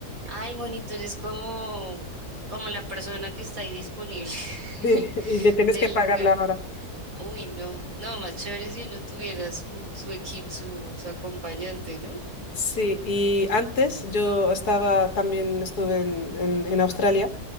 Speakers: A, on the right; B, on the left.
A: Ah, el monitor es como, como la persona que está ahí disponible <laughs>
B: Sí, y le tienes
A: del
B: que pagar
A: lugar.
B: la hora.
A: Uy, no, no, más chévere si uno tuviera su, su equipo, su, su acompañante, ¿no?
B: Sí, y antes yo estaba también, estuve en, en- en Australia